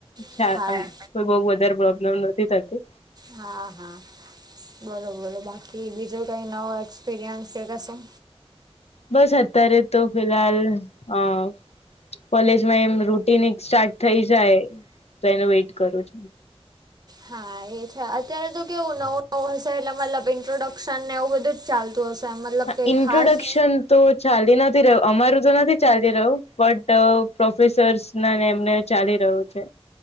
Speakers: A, on the right (about 40°); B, on the left (about 75°).
A: થાય
B: ચાર આમ કોઈ બહું વધારે પ્રોબ્લેમ નથી થતી.
A: હા-હા બોલો બોલો બાકી બીજું કઈ નવું એક્સપિરિયન્સ કે કશું.
B: બસ અત્યારે તો ફિહાલ અ. કોલેજમાં એમ રૂટીન એક સ્ટાર્ટ થઇ જાય તો એનુ વેટ કરું છું.
A: હા એ છે અત્યારે તો કેવું નવું-નવું હશે એટલે મતલબ ઇન્ટ્રોડક્શન ને એવું બધું જ ચાલતું. તુ હશે મતલબ.
B: હા
A: કે
B: ઇન્ટ્રોડક્શન
A: ખાસ
B: તો ચાલી નથી રહ્યું અમારું તો નથી ચાલી રહ્યું બટ. પ્રોફેસર્સ ને એમને ચાલી રહ્યું છે.